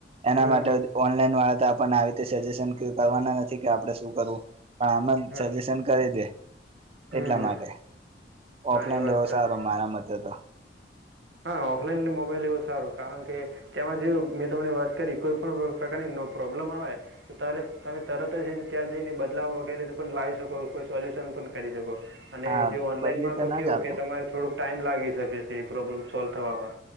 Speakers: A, on the right (about 35°); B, on the right (about 80°).
A: એના
B: હમ
A: માટે
B: હમ હમ
A: ઓનલાઈન વાળા તો આપણને આવી રીતે સજેશન કરવાના નથી કે આપડે શું કરવું પણ આમ
B: હા
A: જ સજેશન કરી દે
B: હમ
A: એટલા
B: હમ
A: માટે
B: હા
A: ઓફલાઈન
B: એ વાત
A: લેવો
B: સાચી
A: સારો મારા મતે તો
B: હા ઓફલાઈન મોબાઈલ લેવો સારો કારણ કે તેમાં જો મેં તમને વાત કરી કોઈ પણ પ્રકારની પ્રોબ્લેમ આવે ત તમે તરત જઈને ત્યાં જઈને બદલાવ વગેરે પણ લાવી શકો કોઈ સોલ્યુશન પણ કરી શકો અને
A: હા
B: હ જે ઓનલાઈનમાં
A: બદલી
B: તો
A: ના
B: કેવું
A: જ આપે
B: કે તમારે થોડુંક ટાઈમ લાગી શકે છે પ્રોબ્લેમ સોલ્વ થવામાં